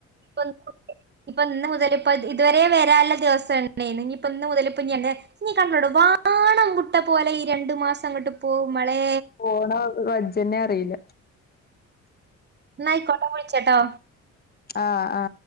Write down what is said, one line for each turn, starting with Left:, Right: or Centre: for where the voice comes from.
Right: <unintelligible> ഇപ്പൊ ഇന്ന് മുതല് ഇപ്പ ഇതുവരേം വെരാള്ള ദിവസാണെന്. ഇനിയിപ്പ ഇന്ന് മുതലിപ്പ ഇനി എന്റെ, ഇനീ കണ്ടോടു. വാണം വുട്ട പോലെ ഈ രണ്ടു മാസം അങ്ങോട്ട് പോവും മോളെ.
Left: പോണോ <unintelligible> അറിയില്ല.
Right: ന്ന ആയ്കോട്ട <unintelligible> ചട്ടോ.
Left: ആഹ് ആ.